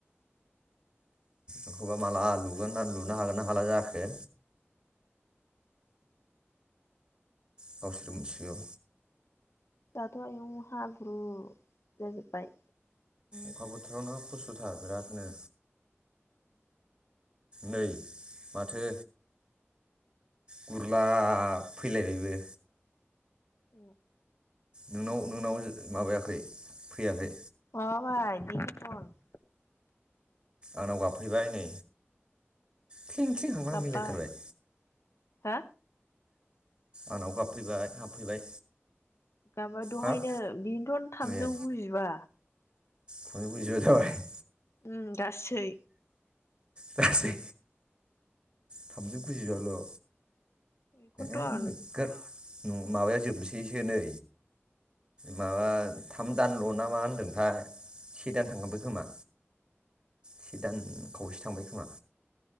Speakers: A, on the right; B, on the left.
A: एखौबा माला लुगोन ना लुनो हागोन ना हाला जाखो गावसोर मोनथिसिगौ
B: दाथ' आयौ हाब्रु जाजोब्बाय।
A: अखा बोथोरावनो खस्थ'थार बेरादनो नै माथो गुरलाब फैलायबायबो।
B: बे
A: नोंनाव नोंनाव माबायाखै फैयाखै?
B: अ भाय <inaudible>
A: आंनाव गाबफैबाय नै। थिं थिं हांलां
B: गाबबाय
A: मिलायथारबाय
B: हो
A: आंनावबो गाबफैबाय हाबफैबाय।
B: गाब्बाय दहायनो
A: हाब
B: बेनोथ'न थामजौ
A: ए
B: गुजिबा
A: थामजौ गुजिबा जाबाय।
B: उम गासै
A: गासै थामजौ गुजिबाल'
B: बेखौनोथन
A: ए नोगोर ओम माबाया जोबनोसैसो नै माबा थाम दानल' ना मा होनदोंथाय से दान थांगोनबो खोमा से दान खावसे थांबाय खोमा